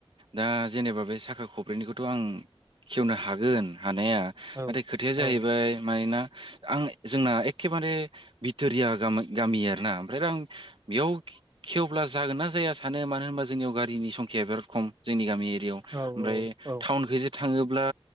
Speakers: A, on the right (about 55°); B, on the right (about 30°).
A: दा जेनेबा बे साखा खब्रैनिखौथ' आं खेवनो हागोन। हानाया
B: औ
A: नाथाय खोथाया जाहैबाय
B: औ
A: मानोना आं जोंना एखेबारे भिथोरिया गामा गामि आरो ना ओमफ्राय आं बेयाव खेवब्ला जागोन ना जाया सानो मानो होनबा जोंनियाव गारिनि संखिया बिराद खम जोंनि गामि याव ओमफ्राय
B: औ औ औ
A: टाउनखोजि थाङोब्ला